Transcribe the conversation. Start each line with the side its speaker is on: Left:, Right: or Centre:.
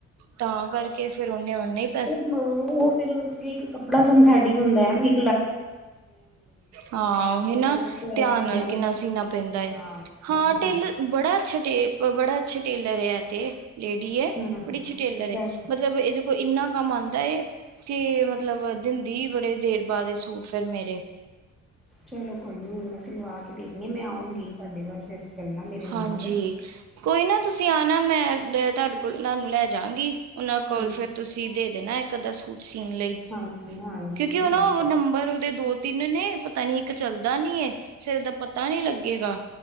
Right: ਤਾਂ ਕਰਕੇ ਫਿਰ ਉਹਨੇ ਓਨੇ -
Centre: ਉਹ-ਉਹ ਫਿਰ ਇਕ ਕੱਪੜਾ ਸਿੰਥੈਟਿਕ ਹੁੰਦਾ ਹੈ ਜੀ।
Right: ਹਾਂ, ਉਹੀ
Centre: ਫਿਰ
Right: ਨਾ
Centre: ਉਹ ਤੇ
Right: ਧਿਆਨ ਨਾਲ
Centre: ਮਿਹਨਤ
Right: ਕਿੰਨਾ ਸੀਣਾ ਪੈਂਦਾ ਹੈ।
Centre: ਹਾਂ
Right: ਹਾਂ
Centre: ਉਹ ਤੇ
Right: ਟੇਲਰ
Centre: ਹੈ
Right: ਬੜਾ ਅੱਛਾ, ਟੇਲ ਬੜਾ ਅੱਛਾ ਟੇਲਰ ਹੈ ਇਹ ਤੇ। ਲੇਡੀ ਹੈ
Centre: ਹਮ
Right: ਬੜੀ ਅੱਛੀ ਟੇਲਰ ਹੈ
Centre: ਚਲ
Right: ਮਤਲਬ ਇਹ- ਕੋਈ ਇੰਨਾ ਕੰਮ ਆਂਦਾ ਹੈ ਕਿ ਮਤਲਬ ਦਿੰਦੀ ਬੜੇ ਦੇਰ ਬਾਅਦ ਇਹ ਸੂਟ ਫਿਰ ਮੇਰੇ।
Centre: ਚਲੋ ਕੋਈ ਨੀ ਹੁਣ ਮੈਂ ਸਿਲਵਾ ਕੇ ਦੇਖਣੀ ਮੈਂ ਆਊਂਗੀ ਤੁਹਾਡੇ ਵੱਲ ਫਿਰ। ਚੱਲਣਾ ਮੇਰੇ ਨਾਲ
Right: ਹਾਂਜੀ, ਕੋਈ ਨਾ ਤੁਸੀਂ- ਤੁਸੀਂ ਆਣਾ ਮੈਂ ਤੁਹਾਡਾ ਕੋਲ, ਤੁਹਾਨੂੰ ਲੈ ਜਾਵਾਂਗੀ ਉਹਨਾਂ ਕੋਲ
Centre: ਠੀਕ
Right: ਫਿਰ ਤੁਸੀਂ ਦੇ ਦੇਣਾ ਇੱਕ ਅੱਧਾ ਸੂਟ। ਸੀਨ ਲਈ
Centre: ਹਾਂਜੀ ਹਾਂਜੀ
Right: ਕਿਉਂਕਿ
Centre: ਠੀਕ
Right: ਉਹ ਨਾ ਨੰਬਰ ਉਹਦੇ ਦੋ- -ਤਿੰਨ ਨੇ ਪਤਾ ਨੀ ਇੱਕ ਚੱਲਦਾ ਨੀ ਫਿਰ ਇਹਦਾ ਪਤਾ ਨੀ ਲੱਗੇਗਾ